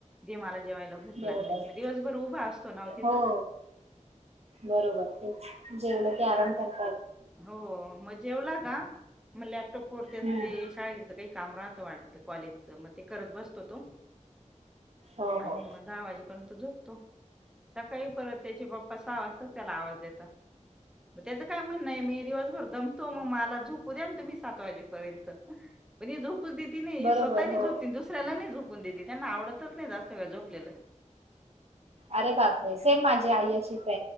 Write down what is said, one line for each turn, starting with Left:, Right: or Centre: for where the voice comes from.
Centre: दे मला जेवायला भूक
Right: बरोबर
Centre: लागली म दिवसभर उभा असतो ना वो तिथं.
Right: हो बरोबर तेच जेवलं की आराम कर
Centre: हो मग जेवला त का म्हणले तो पोर त्याचं
Right: हम्म
Centre: ते शाळेचं काही काम राह वाटत कॉलेज च मग ते करत बसतो तो.
Right: हो
Centre: आणि
Right: हो
Centre: मग दहा वाजे पण तो झोपतो. सकाळी परत त्याचे पप सहा वाजताच त्याला आवाज देतात. त्याच काय म्ह नाही मी दिवसभर दमतो मग मला झाप. उद्या या न तुम्ही सात वाजेपर्यंत. पण हे झोप तू दिदी नाई हे
Right: बरोबर
Centre: स्वतः नाई
Right: हो
Centre: झोपती, दुसऱ्याला नाही झोपून देत. ते त्यांना आवडतच नाही जास्त वेळ झोपलेलं.
Right: अरे बाप रे! सेम माझ- ते आई अशी